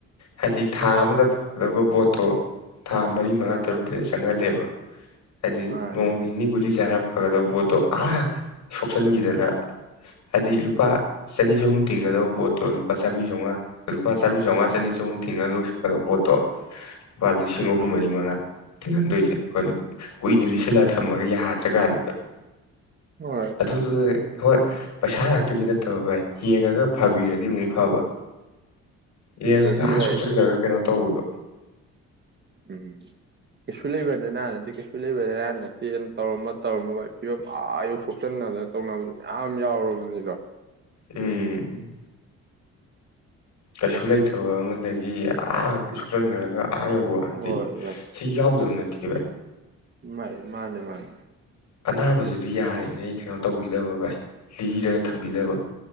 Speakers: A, on the left; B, on the right.
A: ꯍꯥꯏꯗꯤ ꯊꯥ ꯑꯃꯗ ꯐꯒꯗꯕ ꯄꯣꯠꯇꯣ ꯊꯥ ꯃꯔꯤ
B: ꯎꯝ
A: ꯃꯉꯥ ꯇꯔꯨꯛ ꯆꯪꯍꯜꯂꯦꯕ ꯍꯥꯏꯗꯤ
B: ꯃꯥꯅꯦ
A: ꯅꯣꯡ
B: ꯃꯥꯅꯦ
A: ꯅꯤꯅꯤ ꯀꯨꯗꯤ ꯁꯥ ꯐꯒꯗꯕ ꯄꯣꯠꯇꯣ ꯑꯥ ꯁꯣꯛꯆꯟꯈꯤꯗꯅ ꯍꯥꯏꯗꯤ ꯂꯨꯄꯥ ꯆꯅꯤ ꯆꯍꯨꯝ ꯇꯤꯡꯒꯗꯕ ꯄꯣꯠꯇꯣ ꯂꯨꯄꯥ ꯆꯥꯝ ꯆꯝꯉꯥ ꯂꯨꯄꯥ ꯆꯥꯝ ꯆꯝꯉ ꯆꯅꯤ ꯆꯍꯨꯝ ꯇꯤꯡꯉ ꯂꯣꯏꯁꯤꯟꯀꯗꯕ ꯄꯣꯠꯇꯣ ꯂꯨꯄꯥ ꯂꯤꯁꯤꯡ ꯑꯍꯨꯝ ꯃꯔꯤ ꯃꯉꯥ ꯇꯤꯡꯍꯟꯗꯣꯏꯁꯦ ꯑꯩꯈꯣꯏꯅ ꯀꯨꯏꯅ ꯂꯤꯁꯤꯜꯂꯒ ꯊꯝꯃꯒ ꯌꯥꯗ꯭ꯔꯀꯥꯟꯗꯨꯗ
B: ꯍꯣꯏ
A: ꯑꯗꯨ ꯍꯣꯏ ꯄꯩꯁꯥ ꯉꯥꯛꯇꯒꯤ ꯅꯠꯇꯕ ꯚꯥꯏ ꯌꯦꯡꯉꯒ ꯐꯥꯕꯤꯔꯗꯤ ꯑꯃꯨꯛ ꯐꯕ ꯌꯦꯡꯉꯒ
B: ꯑꯗꯒꯤ ꯚꯥꯏ
A: ꯁꯣꯛꯁꯤꯟ ꯈꯔꯒ ꯀꯩꯅꯣ ꯇꯧꯕꯗꯣ
B: ꯎꯝ ꯀꯩꯁꯨ ꯂꯩꯕꯅꯤ ꯅꯍꯥꯟꯅꯠꯇꯦ ꯀꯩꯁꯨ ꯂꯩꯕꯗꯍꯥꯟ ꯅꯠꯇꯦꯅ ꯇꯧꯔꯝꯃ ꯇꯧꯔꯝꯃꯕꯒꯤ ꯐꯤꯕꯝ ꯑꯥ ꯌꯧ ꯁꯣꯛꯆꯟꯅꯗꯅ ꯇꯧꯅꯕꯗꯨ ꯃꯌꯥꯝ ꯌꯥꯎꯔꯕꯅꯤꯗꯣ
A: ꯎꯝ ꯀꯩꯁꯨ ꯂꯩꯇꯕ ꯑꯃꯗꯒꯤ ꯑꯥ ꯁꯣꯛꯆꯟꯖꯔꯒ ꯑꯥ ꯌꯧꯕ ꯍꯥꯏꯗꯤ
B: ꯍꯣꯏ
A: ꯁꯤ ꯌꯥꯎꯗꯕ ꯅꯠꯇꯦ <unintelligible>
B: ꯃꯥꯥꯏ ꯃꯥꯅꯤ ꯃꯥꯅꯤ
A: ꯑꯅꯥꯕꯁꯤꯗꯤ ꯌꯥꯔꯤꯉꯩ ꯀꯩꯅꯣ ꯇꯧꯕꯤꯗꯕ ꯚꯥꯏ ꯂꯤꯔꯒ ꯊꯝꯕꯤꯗꯕ